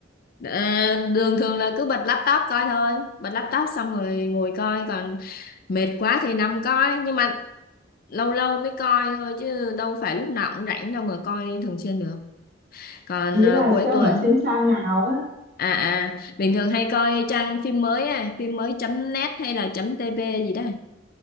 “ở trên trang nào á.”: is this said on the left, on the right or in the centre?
Right